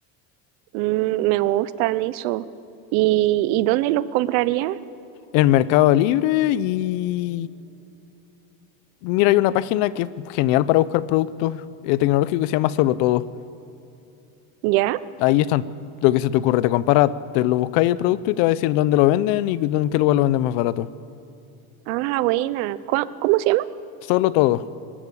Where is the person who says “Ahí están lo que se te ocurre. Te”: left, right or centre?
Left